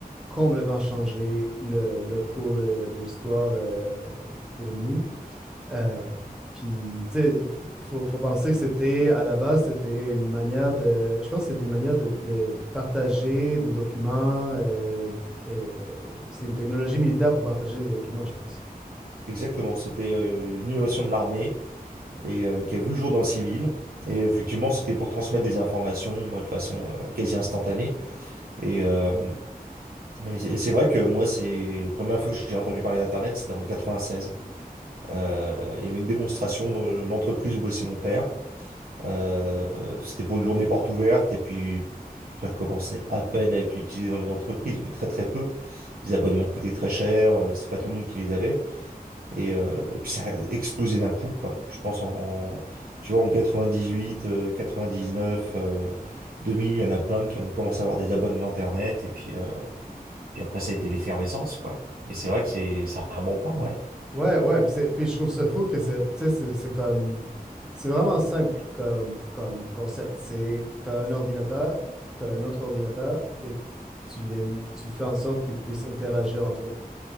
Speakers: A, in the centre; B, on the right (about 65°).
A: complètement changé le, le cours de, de l'histoire euh, pour nous. Euh, puis, tu sais, faut, faut penser que c'était, à la base, c'était une manière de, je pense que c'était une manière de, de partager des documents. euh, euh, c'est une technologie militaire pour partager des documents, je pense.
B: Exactement, c'était euh, une innovation de l'armée et euh, qui a vu le jour dans le civil. Et effectivement, c'était pour transmettre des informations euh, de façon euh, quasi instantanée. Et, euh, et c'est et c'est vrai que moi, c'est la première fois que j'ai entendu parler d'Internet, c'était en 96. Euh, il y avait une démonstration dans l'entreprise où bossait mon père. Euh, c'était pour une journée porte ouverte et puis ça commençait à peine à être utilisé dans les entreprises, mais très très peu. Les abonnements coûtaient très cher, euh, c'était pas tout le monde qui les avait. Et, euh, et puis ça a explosé d'un coup, quoi. Je pense en, tu vois, en 98, euh, 99, euh, 2000, il y en a plein qui ont commencé à avoir des abonnements Internet. Et puis, euh, puis après, ça a été l'effervescence, quoi. Mais c'est vrai que c'est c'est un bon point, ouais.
A: Ouais, ouais, puis, c'est- puis je trouve ça fou que c'est, tu sais, c'est c'est comme, c'est vraiment simple comme, comme concept. C'est, t'as un ordinateur, t'as un autre ordinateur, et tu les, m- tu fais en sorte qu'ils puissent interagir entre eux.